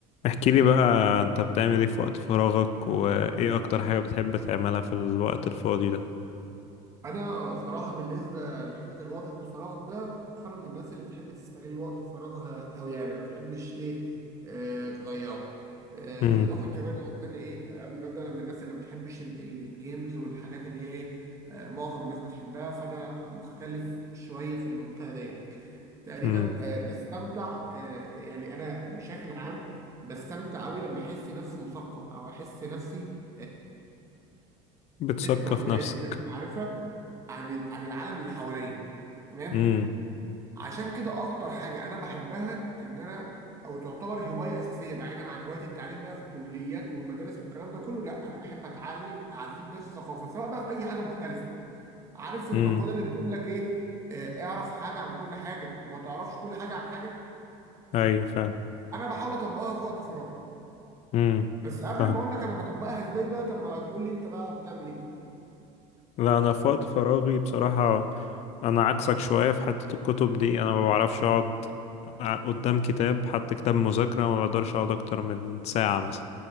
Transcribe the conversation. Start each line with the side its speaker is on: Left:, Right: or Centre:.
Left: احكي لي بقى انت بتعمل ايه في وقت فراغك وايه اكتر حاجة بتحب تعملها في الوقت الفاضي ده
Right: انا صراحه بالنسبه لحته الوقت الفراغ ده فانا من الناس اللي بتحب تستغل وقت فراغها او يعني ما بتحبش ايه آه تضيعه آه
Left: امم
Right: بالاضافه كمان يعني انا ايه قبل ما ابدا انا من الناس اللي ما بتحبش ال- الجيمز والحاجات اللي هي ايه آه معظم الناس بتحبها فانا مختلف شويه في المنطقه دي تقريبا
Left: امم
Right: آه بستمتع آه يعني انا بشكل عام بستمتع قوي لما احس نفسي مثقف او احس نفسي
Left: بتثقف
Right: زدت معلومات
Left: نفسك
Right: زدت معرفه عن عن العالم اللي حواليا تمام
Left: امم
Right: عشان كده اكتر حاجه انا بحبها ان انا او تعتبر هوايه اساسيه بعيدا عن هوايه التعليم بقى في الكليات والمدارس والكلام ده كله لا انا بحب اتعلم اعزز نفسي ثقافه سواء بقى في اي حاجه مختلفه عارف
Left: امم
Right: المقوله اللي بتقول لك ايه آه، اعرف حاجه عن كل حاجه وما تعرفش كل حاجه عن حاجه
Left: ايوه فعلا
Right: انا بحاول اطبقها في وقت فراغي
Left: امم
Right: بس قبل
Left: فاهم
Right: ما اقول لك انا بطبقها ازاي بقى طب ما تقول لي انت بقى بتعمل ايه
Left: لا انا في وقت فراغي بصراحة انا عكسك شوية في حتة الكتب دي انا ما بعرفش اقعد قدام كتاب حتى كتاب مذاكرة ما بقدرش اقعد اكتر من ساعة مثلا